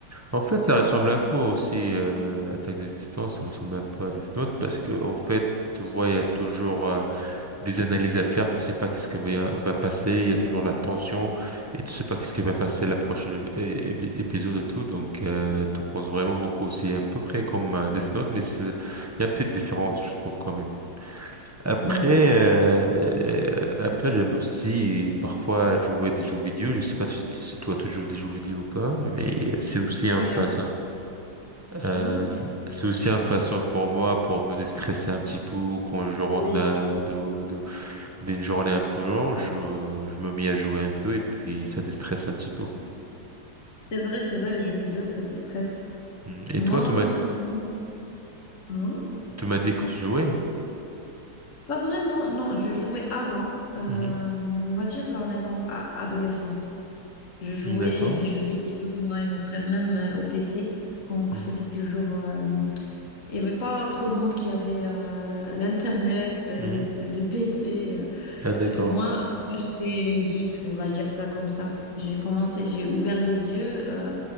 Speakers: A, on the right; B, on the left.
A: En fait, ça ressemble un peu aussi, euh, Attaque des Titans, ça ressemble un peu à Death Note parce que, en fait, tu vois, il y a toujours euh, des analyses à faire, tu sais pas qu'est-ce qui va, va passer, il y a toujours
B: Oui,
A: la tension et tu sais pas qu'est-ce qui va passer la prochaine é- é- épisode et tout, donc euh, tu penses vraiment beaucoup. C'est à peu près comme euh, Death Note, mais c'est- il y a une petite différence, je trouve, quand même. Après,
B: oui.
A: euh, euh, après j'aime aussi parfois jouer des jeux vidéo. Je sais pas si toi tu joues des jeux vidéo ou pas, mais c'est
B: J'ai
A: aussi
B: joué
A: un phase.
B: à-
A: Euh,
B: Hmm
A: c'est aussi une façon pour moi pour me déstresser un petit peu quand je rentre
B: Oui,
A: d'un- de, de, d'une journée un peu longue, je, je me mets à jouer un peu et puis ça déstresse un petit peu.
B: c'est vrai, c'est vrai, les jeux vidéo, ça déstresse.
A: Mm. Et
B: Moi,
A: toi, tu m'as,
B: personnellement, hein
A: tu m'as dit que tu jouais?
B: Pas vraiment, non, je jouais avant, euh,
A: Mhm.
B: on va dire en étant a- adolescente. Je jouais
A: Mm, D'accord.
B: les jeux vidéo, moi et mon frère, même euh, au PC, quand
A: Mhm.
B: c'était toujours... euh, il n'y avait pas trop de monde qui avait euh, l'Internet, euh,
A: Mhm.
B: le PC. euh.
A: Ah, d'accord.
B: Euh, moi, moi j'étais une geek, on va dire ça comme ça. J'ai commencé, j'ai ouvert les yeux euh,